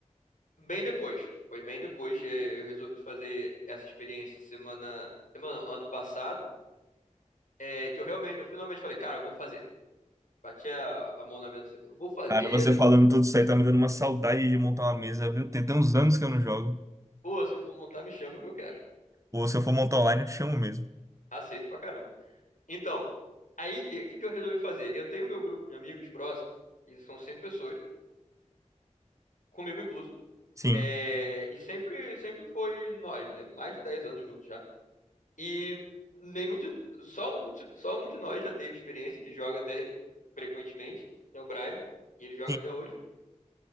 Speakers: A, on the left (about 85°); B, on the right (about 25°).
A: Bem depois. Foi bem depois. é, Eu resolvi fazer essa experiência semana. Semana não, ano passado. é, que eu realmente, eu finalmente falei, cara, eu vou fazer. Bati a, a mão na mesa assim, vou fazer
B: Cara, você falando tudo isso aí tá me dando uma saudade de montar uma mesa, viu? Tem até uns anos que eu não jogo.
A: Pô, se for montar, me chama que eu quero.
B: Ou se eu for montar online, eu te chamo mesmo.
A: Aceito pra caramba. Então, aí o que que eu resolvi fazer? Eu tenho meu grupo de amigos próximos, e são cinco pessoas, comigo incluso.
B: Sim.
A: É, e sempre, sempre foi nós, né? Mais de 10 anos juntos já. E nenhum de, só um de, só um de nós já teve experiência, que joga até frequentemente, é o Brian, e ele joga
B: Sim.
A: até hoje.